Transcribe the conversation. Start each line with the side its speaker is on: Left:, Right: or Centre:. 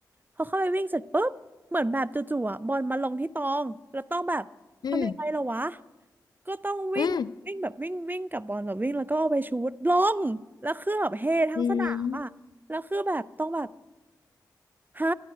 Right: พอเข้าไปวิ่งเสร็จปุ๊บเหมือนแบบจู่ๆอ่ะบอลมาลงที่ตองแล้วต้องแบบทำยังไงล่ะวะ
Left: อืม
Right: ก็ต้องวิ่งวิ่งแบบวิ่งวิ่งกับบอลแบบวิ่งแล้วก็เอาไปชูตลงแล้วคือแบบเฮทั้งสนามอ่ะแล้วคือแบบต้องแบบ
Left: อืมอืม
Right: ฮะ